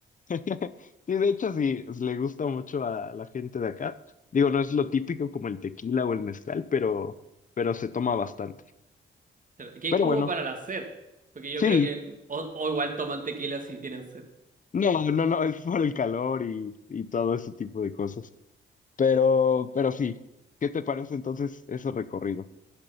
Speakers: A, on the left; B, on the right.
A: <laughs> Sí, de hecho, sí, le gusta mucho a la gente de acá. Digo, no es lo típico como el tequila o el mezcal, pero, pero se toma bastante.
B: Que
A: Pero
B: es como
A: bueno,
B: para la sed, porque yo
A: sí.
B: creo que o, o igual toman tequila si tienen sed.
A: No, no, no, es por el calor y, y todo ese tipo de cosas. Pero, pero sí. ¿Qué te parece entonces ese recorrido?